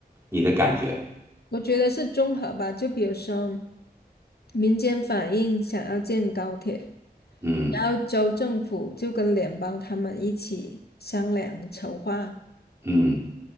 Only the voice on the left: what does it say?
我觉得是综合吧，就比如说民间反映想要建高铁，
然后州政府就跟联邦他们一起商量筹划，